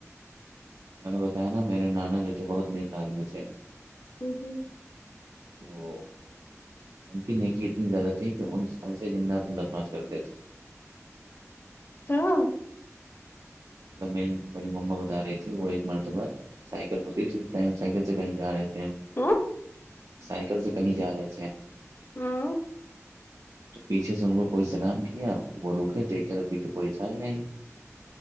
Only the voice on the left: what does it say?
ہمم ہمم
<unintelligible>
ہاں
ہاں